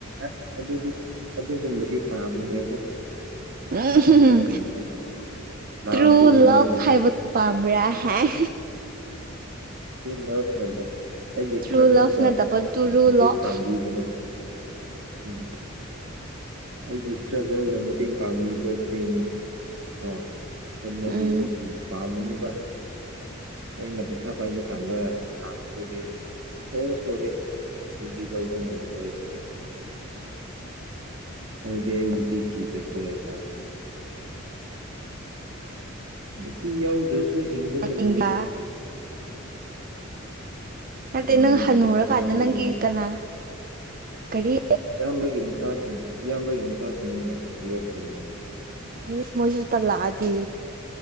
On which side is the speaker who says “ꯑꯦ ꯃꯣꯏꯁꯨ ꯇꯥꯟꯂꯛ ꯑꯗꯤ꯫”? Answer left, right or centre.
Right